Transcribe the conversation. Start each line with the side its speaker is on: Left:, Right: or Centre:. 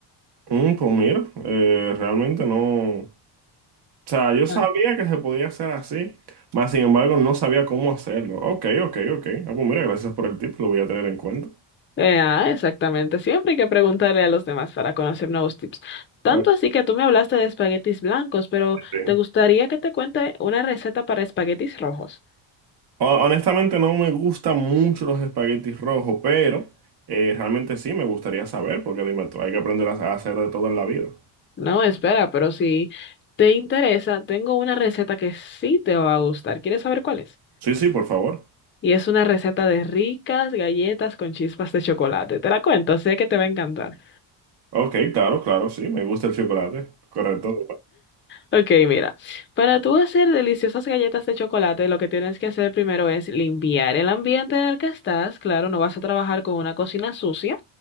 Right: Mm, pues mira, eh, realmente no. O sea, yo sabía
Left: Ah,
Right: que se podía hacer así, mas sin embargo no sabía cómo hacerlo. Ok, ok, ok. Ah, pues mira, gracias por el tip, lo voy a tener en cuenta.
Left: Eh, ah, exactamente. Siempre hay que preguntarle a los demás para conocer nuevos tips. Tanto
Right: Ah,
Left: así que tú me hablaste de espaguetis blancos, pero
Right: sí.
Left: ¿te gustaría que te cuente una receta para espaguetis rojos?
Right: Ho- Honestamente no me gustan mucho los espaguetis rojos, pero eh, realmente sí me gustaría saber, porque dime tú, hay que aprender a a hacer de todo en la vida.
Left: No, espera, pero si te interesa, tengo una receta que sí te va a gustar. ¿Quieres saber cuál es?
Right: Sí, sí, por favor.
Left: Y es una receta de ricas galletas con chispas de chocolate. Te la cuento, sé que te va a encantar.
Right: Ok, claro, claro, sí, me gusta el chocolate. Correcto.
Left: Ok, mira, para tú hacer deliciosas galletas de chocolate, lo que tienes que hacer primero es limpiar el ambiente en el que estás. Claro, no vas a trabajar con una cocina sucia.